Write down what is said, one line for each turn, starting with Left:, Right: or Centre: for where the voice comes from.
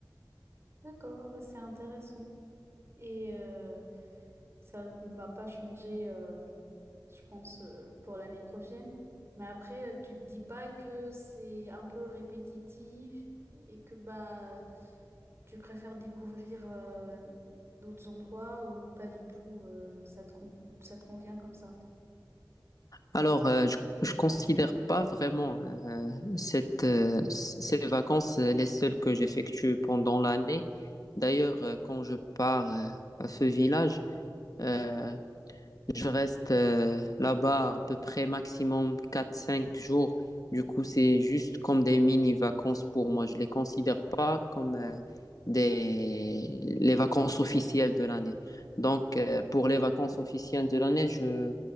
Right: D'accord, ah bah c'est intéressant. Et euh, ça ne va pas changer, euh, je pense, euh, pour l'année prochaine. Mais après, euh, tu te dis pas que c'est un peu répétitif et que bah tu préfères découvrir euh, d'autres endroits ou pas du tout, euh, ça te con- ça te convient comme ça.
Left: Alors, euh, je, je considère pas vraiment euh, cette, euh, c- ces vacances euh, les seules que j'effectue pendant l'année. D'ailleurs, euh, quand je pars euh, à ce village, euh, je reste euh, là-bas à peu près maximum quatre cinq jours. Du coup, c'est juste comme des mini-vacances pour moi. Je ne les considère pas comme euh, des... les vacances officielles de l'année. Donc, euh, pour les vacances officielles de l'année, je,